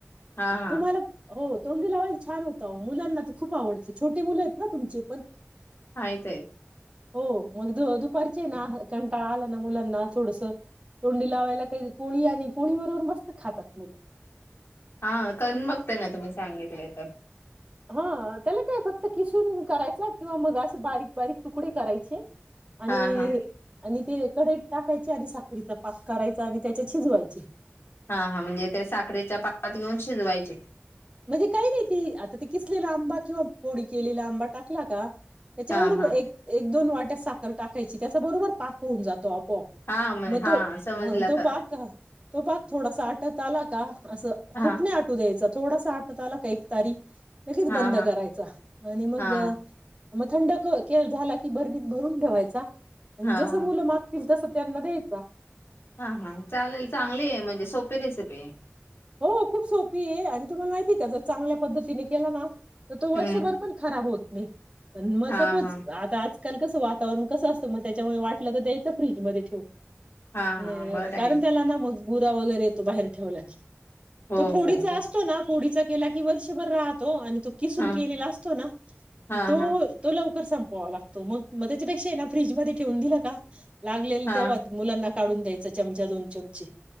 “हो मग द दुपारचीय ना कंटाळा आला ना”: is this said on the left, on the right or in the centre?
Right